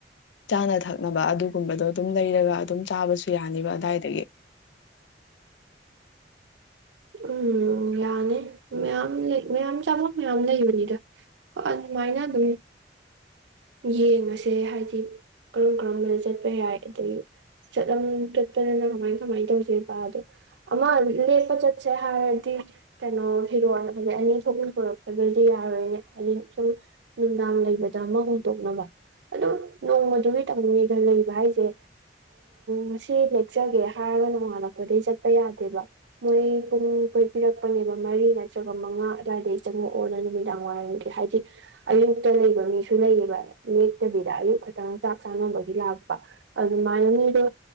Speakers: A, on the left (about 75°); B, on the right (about 75°).
A: ꯆꯥꯅ ꯊꯛꯅꯕ ꯑꯗꯨꯒꯨꯝꯕꯗꯣ ꯑꯗꯨꯝ ꯂꯩꯔꯒ ꯑꯗꯨꯝ ꯆꯥꯕꯁꯨ ꯌꯥꯅꯤꯕ ꯑꯗꯥꯏꯗꯒꯤ
B: ꯎꯝ ꯌꯥꯅꯤ ꯃꯌꯥꯝ ꯂꯩ ꯃꯌꯥꯝ ꯆꯥꯐꯝ ꯃꯌꯥꯝ ꯂꯩꯕꯅꯤꯗ ꯑꯗꯨꯃꯥꯏꯅ ꯑꯗꯨꯝ ꯌꯦꯡꯉꯁꯦ ꯍꯥꯏꯗꯤ ꯀꯔꯝ ꯀꯔꯝꯕꯗ ꯆꯠꯄ ꯌꯥꯏ ꯑꯗꯒꯤ ꯆꯠꯂꯝ ꯆꯠꯄꯗꯅ ꯀꯃꯥꯏ ꯀꯃꯥꯏꯅ ꯇꯧꯁ‌ꯦꯕ ꯑꯗꯣ ꯑꯃ ꯂꯦꯛꯄ ꯆꯠꯁ‌ꯦ ꯍꯥꯏꯔꯗꯤ ꯀꯩꯅꯣ ꯐꯤꯔꯣꯟ ꯍꯥꯏ ꯑꯅꯤ ꯊꯣꯛ ꯄꯨꯔꯛꯇꯕꯗꯤ ꯌꯥꯔꯣꯏꯅꯦ ꯍꯥꯏꯗꯤ ꯁꯨꯝ ꯅꯨꯡꯗꯥꯡ ꯂꯩꯕꯗ ꯑꯃ ꯇꯣꯛꯅꯕ ꯑꯗꯣ ꯅꯣꯡꯃꯗꯨꯒꯤ ꯇꯝꯃꯅꯤꯗ ꯂꯩꯕ ꯍꯥꯏꯁꯦ ꯉꯁꯤ ꯂꯦꯛꯆꯒꯦ ꯍꯥꯏꯔꯒ ꯅꯣꯡꯉꯥꯜꯂꯛꯄꯗꯩ ꯆꯠꯄ ꯌꯥꯗꯦꯕ ꯃꯣꯏ ꯄꯨꯡ ꯀꯣꯏ ꯄꯤꯔꯛꯄꯅꯦꯕ ꯃꯔꯤ ꯅꯠꯇ꯭ꯔꯒ ꯃꯉꯥ ꯑꯗꯨꯋꯥꯏꯗꯗꯒꯤ ꯆꯪꯉꯛꯑꯣꯅ ꯅꯨꯃꯤꯗꯥꯡ ꯋꯥꯏꯔꯝꯒꯤ ꯍꯥꯏꯗꯤ ꯑꯌꯨꯛꯇ ꯂꯩꯕ ꯃꯤꯁꯨ ꯂꯩꯌꯦꯕ ꯂꯦꯛꯇꯕꯤꯗ ꯑꯌꯨꯛ ꯈꯛꯇꯪ ꯆꯥꯛ ꯆꯥꯅꯕꯒꯤ ꯂꯥꯛꯄ ꯑꯗꯨꯃꯥꯏꯅ ꯃꯤꯗꯣ